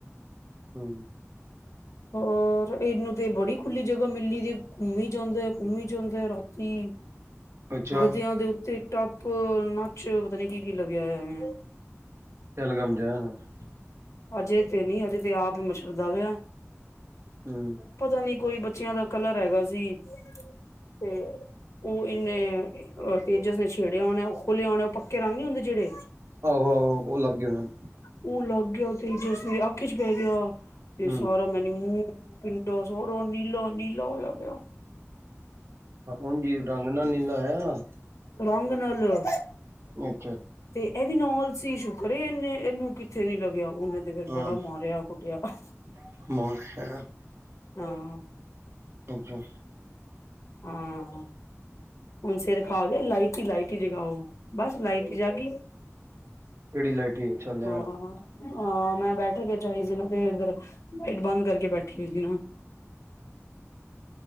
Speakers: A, on the right (about 55°); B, on the left (about 75°).
A: ਹੂੰ,
B: ਹੋਰ ਔਰ ਇਹਨੂੰ ਤੇ ਬੜੀ ਖੁੱਲੀ ਜਗ੍ਹਾ ਮਿਲੀ ਘੁੰਮੀ ਜਾਂਦਾ ਐ ਘੁੰਮੀ ਜਾਂਦਾ ਰਾਤੀ
A: ਅੱਛਾ
B: ਗੱਦਿਆਂ ਦੇ ਉੱਤੇ ਟੱਪ ਨੱਚ ਪਤਾ ਨੀ ਕੀ -ਕੀ ਲੱਗਿਆ ਹੈਂ ਇਹਨਾਂ ਦੇ
A: ਪਹਿਲਗਾਮ ਜਾ ਆਵਾਂ ਮੈਂ
B: ਹਜੇ ਤੇ ਨੀ ਹਜੇ ਤੇ ਆਪ ਹੀ ਮਛਰਦਾ ਪਿਆ।
A: ਹੂੰ
B: ਪਤਾ ਨੀ ਕੋਈ ਬੱਚਿਆਂ ਦਾ ਕਲਰ ਹੈਗਾ ਸੀ। ਤੇ ਉਹ ਇੰਨੇ ਤੇਜਸ ਨੇ ਛੇੜਿਆ ਹੋਣਾ ਉਹ ਖੋਲਿਆ ਹੋਣਾ ਉਹ ਪੱਕੇ ਰੰਗ ਨੀ ਹੁੰਦੇ ਜਿਹੜੇ
A: ਆਹੋ ਆਹੋ ਉਹ ਲੱਗ ਗਿਆ ਹੋਣਾ
B: ਉਹ ਲਾਗੇ ਤੇ ਜੇ ਅਸੀ ਅੱਖ ਚ ਪੈ ਗਿਆ।
A: ਹੂੰ,
B: ਮੈ ਮੂੰਹ ਪਿੰਡੋ ਸਾਰਾ ਨੀਲੋ ਨੀਲਾ ਹੋਇਆ ਪਿਆ,
A: ਉਂਝ ਰੰਗ ਨਾਲ ਨੀਲਾ ਆ
B: ਰੰਗ ਨਾਲ ਚਲੋ,
A: ਹੂੰ,
B: ਤੇ ਇਹ ਵੀ ਨਾਲ ਸੀ ਸ਼ੁਕਰ ਐ ਇਹਨੇ ਇਹਨੂੰ ਕਿੱਥੇ ਨੀ ਲੱਗਿਆ। ਉਹਨੇ ਫਿਰ
A: ਹੂੰ
B: ਬੜਾ ਮਾਰਿਆ ਕੁੱਟਿਆ ਟਿਆ
A: <unintelligible>
B: ਹਾਂ,
A: ਅੰਹਾ,
B: ਹਾਂ, ਹੁਣ ਸਿਰ ਖਾ ਗਿਆ ਲਾਈਟ ਹੀ ਲਾਈਟ। ਕਰੇਗਾ ਓਹ ਬਸ ਲਾਈਟ ਜਾਗੀ।
A: ਕਿਹੜੀ ਲਾਈਟੀ ਅੱਛਾ ਲੈ
B: ਹਾਂ, ਹਾਂ, ਮੈਂ ਬੈਠ ਕੇ ਜਾਏ ਸੀ ਨਾ ਦੇ ਇੱਧਰ ਲਾਈਟ ਬੰਦ ਕਰਕੇ ਬੈਠੀ ਹੋਈ ਸੀ ਨਾ।